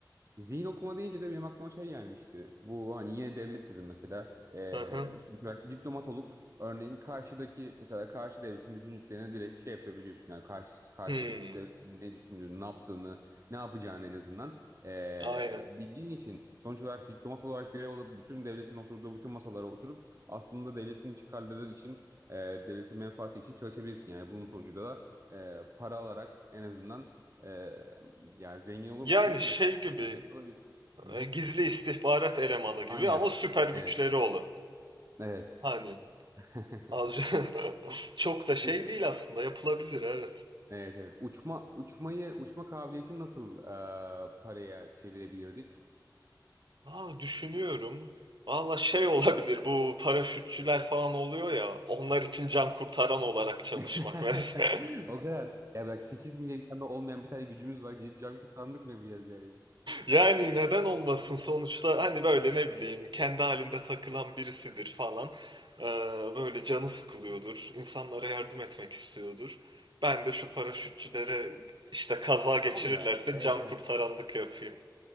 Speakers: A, on the right; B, on the right.
A: Zihin okuma deyince de benim aklıma şey gelmişti. Bu hani yine devlet dedim mesela. Ee,
B: Hı hı.
A: sonuç olarak diplomat olup örneğin karşıdaki mesela karşı devletin düşüncelerini direkt şey yapabiliyorsun. Yani karşı, karşı
B: Hmm,
A: devletin ne düşündüğünü, ne yaptığını, ne yapacağını en azından ee,
B: aynen.
A: bildiğin için sonuç olarak diplomat olarak görev alıp bütün devletin oturduğu bütün masalara oturup aslında devletin çıkarları için ee, devletin menfaati için çalışabilirsin. Yani bunun sonucunda da ee, para alarak en azından ee, ya zengin olur
B: Yani
A: musun bilmiyorum
B: şey
A: da
B: gibi
A: Zengin olabilirsin. Hı hı.
B: e, gizli istihbarat elemanı gibi
A: Aynen.
B: ama süper güçleri
A: Evet.
B: olan.
A: Evet.
B: Hani
A: <laughs>
B: az <laughs> çok da şey
A: Peki.
B: değil aslında yapılabilir evet.
A: Evet evet. Uçma uçmayı uçma kabiliyetini nasıl e, paraya çevirebilirdik?
B: Aa, düşünüyorum. Valla şey olabilir bu paraşütçüler falan oluyor ya onlar için can kurtaran olarak çalışmak
A: <laughs>
B: mesela. <laughs>
A: O kadar. Ya bak 8 milyon insanda olmayan bir tane gücümüz var. Gidip can kurtaranlık mı yapacağız yani?
B: Yani neden olmasın sonuçta hani böyle ne bileyim kendi halinde takılan birisidir falan. Ee, böyle canı sıkılıyordur. insanlara yardım etmek istiyordur. Ben de şu paraşütçülere işte kaza geçirirlerse
A: Tamam da. Evet
B: can
A: evet.
B: kurtaranlık yapayım.